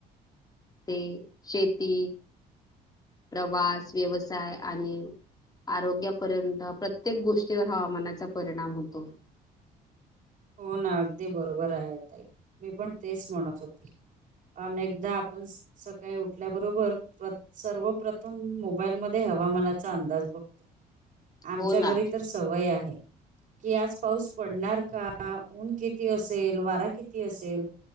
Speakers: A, on the left; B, on the right.
A: ते शेती प्रवास, व्यवसाय आणि आरोग्यापर्यंत प्रत्येक गोष्टीवर हवामानाचा परिणाम होतो.
B: हो ना अगदी बरोबर आहे ताई मी पण तेच म्हणत होती. अनेकदा आपण स सकाळी उठल्याबरोबर प्रथ सर्वप्रथम मोबाईल मध्ये हवामानाचा अंदाज बघ आमच्या
A: हो ना
B: घरी तर सवय आहे की आज पाऊस पडणार का आ ऊन किती असेल, वारा किती असेल